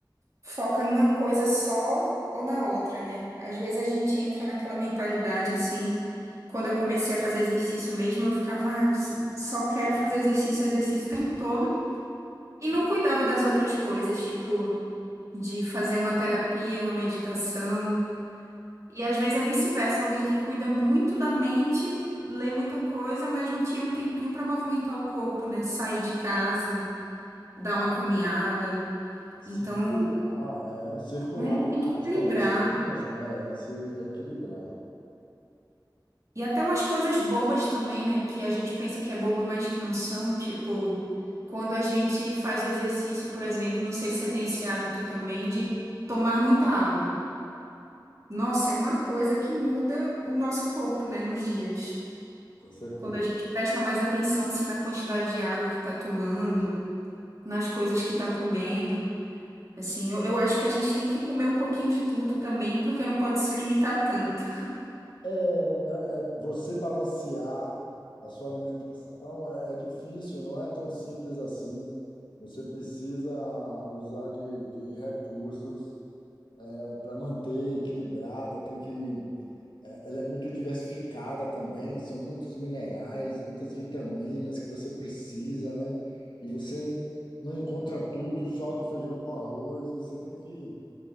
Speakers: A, on the right (about 40°); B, on the left (about 85°).
A: foca numa coisa só ou na outra, né? Às vezes a gente entra naquela mentalidade assim. Quando eu comecei a fazer exercício mesmo, eu ficava, ah, eu s- só quero fazer exercício, exercício o tempo todo. E não cuidava das outras coisas, tipo, de fazer uma terapia, uma meditação. E às vezes é vice-versa, alguém que cuida muito da mente, lê muita coisa, mas não tira um tempinho para movimentar o corpo, né? Sair de casa dar uma caminhada.
B: Circular,
A: Então,
B: é, circular
A: é, tem que equilibrar.
B: as toxinas, é, é se reequilibrar,
A: E até umas coisas bobas também, né? Que a gente pensa que é boba, mas que não são. Tipo, quando a gente faz o exercício, por exemplo, não sei se você tem esse hábito também de tomar muita água. Nossa, é uma coisa que muda o nosso corpo, né? Nos dias.
B: com certeza.
A: Quando a gente presta mais atenção, assim, na quantidade de água que tá tomando, nas coisas que tá comendo. Assim, eu, eu acho que a gente tem que comer um pouquinho de tudo também, porque não pode se limitar tanto.
B: É, é, é, você balancear a sua alimentação é, é difícil, não é tão simples assim. Você precisa usar de, de recursos é, para manter equilibrada, tem que É, Ela é muito diversificada também, são muitos minerais, muitas vitaminas que você precisa, né? E você não encontra tudo só no feijão com arroz, você tem que